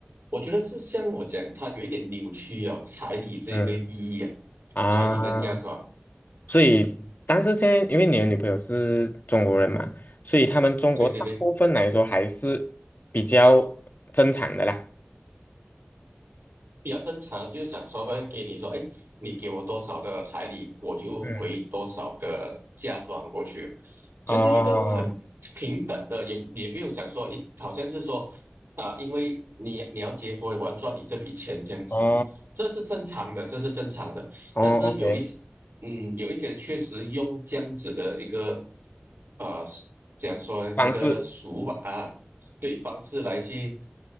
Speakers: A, on the right; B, on the left.
A: 我觉得是像我讲，他有一点扭曲啊，彩礼这个意义啊，
B: 嗯啊，
A: 彩礼跟嫁妆，
B: 所以但是现在因为你的女朋友是中国人嘛，所以他们中国大部分来说还是比较正常的啦。
A: 对对对。比较正常，就是想说会给你说，哎，你给我多少的彩礼，我就回你多少个嫁妆过去，
B: 嗯，哦
A: 就是一个很平等的，也也没有想说，一好像是说啊、因为你你要结婚，我要赚你这笔钱这样子，
B: 哦
A: 这是正常的，这是正常的。
B: 哦，OK，
A: 但是有一些，嗯，有一些确实用这样子的一个，呃，讲说这个俗吧啊，
B: 方式
A: 对方式来去，